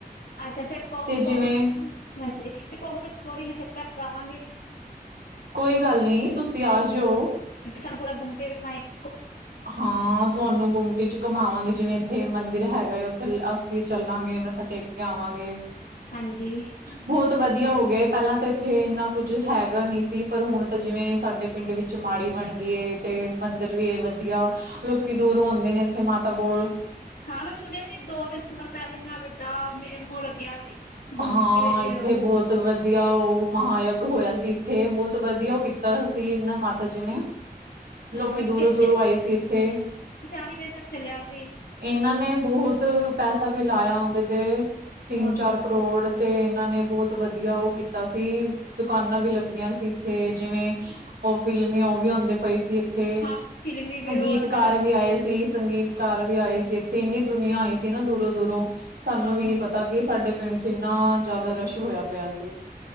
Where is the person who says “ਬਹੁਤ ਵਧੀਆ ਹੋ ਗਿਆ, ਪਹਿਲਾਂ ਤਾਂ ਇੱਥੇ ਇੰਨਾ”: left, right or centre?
Right